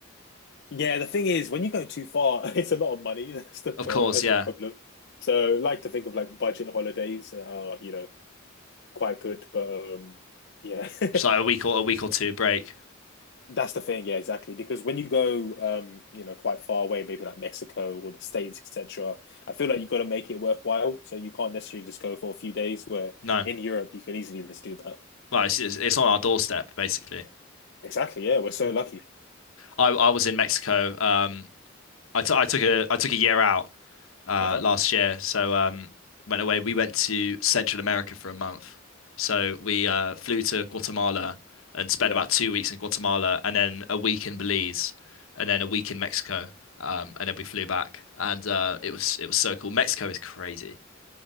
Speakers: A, on the left; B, on the left.
A: yeah. The thing is, when you go too far, <laughs> it's a lot of money. <laughs> That's the
B: Of
A: wrong,
B: course,
A: that's
B: yeah.
A: the problem. So, I like to think of like budget holidays are you know quite good, but um, yeah, <laughs>
B: Just like a week or a week or two break.
A: That's the thing, yeah, exactly. Because when you go, um, you know, quite far away, maybe like Mexico or the States, etc., I feel like you got to make it worthwhile. So you can't necessarily just go for a few days. Where
B: No,
A: in Europe, you can easily just do that.
B: like it's, it's it's on our doorstep basically.
A: Exactly, yeah. We're so lucky.
B: I I was in Mexico. Um, I t I took a I took a year out uh
A: Uh huh.
B: last year, so um went away. We went to Central America for a month. So we uh flew to Guatemala and spent
A: Yeah.
B: about two weeks in Guatemala, and then a week in Belize, and then a week in Mexico. Um, and then we flew back, and uh it was it was so cool. Mexico is crazy.